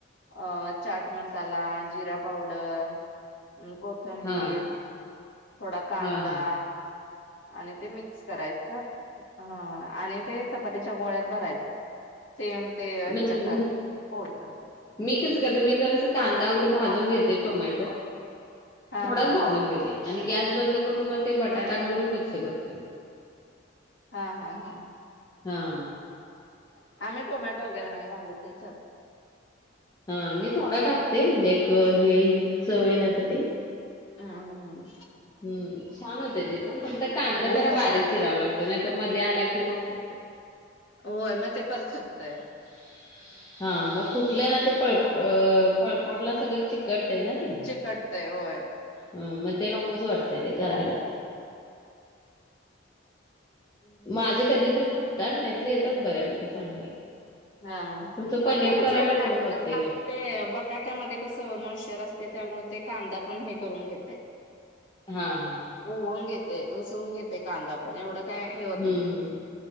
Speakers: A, on the left; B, on the left.
A: अ चाट मसाला, जिरा पावडर, आणि कोथ थंबीर,
B: हा
A: थोडा कांदा
B: हा हा
A: आणि ते मिक्स करायचं. हा आणि ते चपातीच्या गोळ्यात भरायचं सेम. ते ह्याच्या
B: म्हणजे म
A: सारखं पोळीसारखं.
B: मी कसं करते, मी जरासं कांदा वगैरे भाजून
A: हा
B: घेते, टोमॅटो
A: हा
B: थोडाच भाजून घेते. आणि गॅस बंद करून मग ते बटाटा घालून मिक्स करतोय मी.
A: हा हा हा.
B: हां.
A: आम्ही टोमॅटो वगैरे नाही घालत त्याच्यात.
B: हा मी थोडा टाकते म्हणजे एक हे येईल चव येण्यासाठी.
A: आ हम.
B: हम् छान होते ते पण. फक्त कांदा
A: म्हणजे
B: जरा बारीक चिरावा लागतो नाही तर मध्ये आला की फुटते.
A: होय मग ते परत फुटतंय.
B: <unintelligible> हा मग फुटलं ना ते पळप पळपूटला सगळं चिकटतय ना ते.
A: चिकटतय होय.
B: हा मग ते नकोच वाटतय ते करायला.
A: हम्म.
B: माझे कधीतरी फुटतात. नाहीतर येतात बऱ्यापैकी चांगले.
A: हा
B: तुमचं
A: बटाट्याच
B: पनीर पराठा
A: एवढं नाही
B: करून
A: फुटत
B: बघते
A: ना.
B: घ्या.
A: ते बटाट्यामध्ये कसं मॉइश्चर असते त्यामुळे ते कांदा पण हे करून घेते.
B: हा हा.
A: होऊन घेतय. मिसवून घेते कांदा पण एवढ काय हे होत
B: हं,
A: नाही.
B: हं.